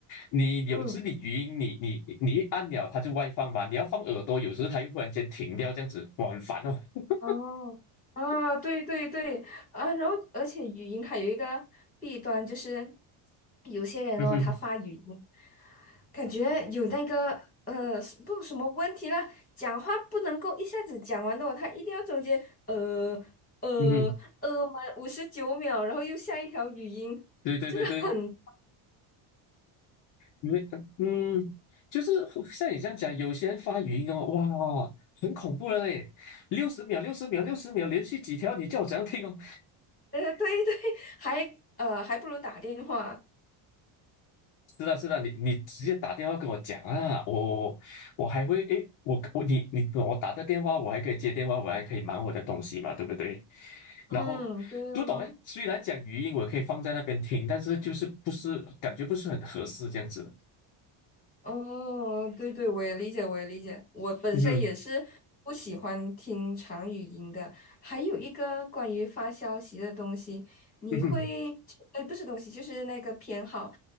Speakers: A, on the left; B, on the left.
A: 你有时你语音你你你一按了它就外放嘛，
B: 嗯，
A: 你要放耳朵，有时候它又忽然间停掉这样子，哇，很烦哦。<laughs>
B: 哦，啊，对对对，啊，然后而且语音它有一个弊端，就是有些人哦，
A: 嗯哼，
B: 他发语音，感觉有那个呃，是不知道什么问题了，讲话不能够一下子讲完的哦，他一定要中间呃呃呃满五十九秒，
A: 嗯哼，
B: 然后又下一条语音，
A: 对对对对，
B: 真的很，
A: 因为嗯，就是像你这样讲，有些人发语音哦，哇，很恐怖的嘞，六十秒、六十秒、六十秒，连续几条，你叫我怎样听哦？
B: 呃，对对，还呃还不如打电话，
A: 是的，是的，你你直接打电话跟我讲啊，我我我还会诶，我我你你我打的电话，我还可以接电话，我还可以忙我的东西嘛，对不对？
B: 嗯，
A: 然后不懂诶，
B: 对哦。
A: 虽然讲语音我可以放在那边听，但是就是不是感觉不是很合适这样子。
B: 哦，对对，我也理解，我也理解。我本身也是不喜欢听长语音的。
A: 嗯哼，
B: 还有一个关于发消息的东西，你会，
A: 嗯哼，
B: 呃，不是东西，就是那个偏好，